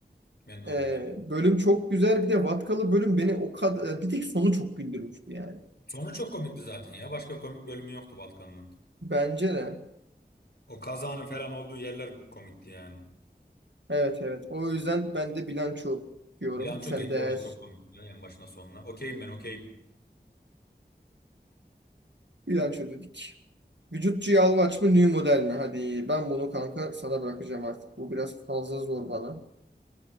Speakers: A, on the left; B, on the right.
A: Ben de
B: e,
A: onu derim.
B: bölüm çok güzel. Bir de Vatkalı bölüm beni o kadar... Bir tek sonu çok güldürmüştü yani.
A: Sonu çok komikti zaten ya. Başka komik bölümü yoktu Vatkan'ın.
B: Bence de.
A: O kazanın falan olduğu yerler komikti yani.
B: Evet evet. O yüzden ben de bilanço diyorum.
A: Bilanço
B: Sen
A: genel
B: de eğer
A: olarak çok komikti ya, en başına sonuna. Okeyim ben okeyim.
B: bilanço dedik. Vücutçu yağlı aç mı new model mi? Hadi ben bunu kanka sana bırakacağım artık. Bu biraz fazla zor bana.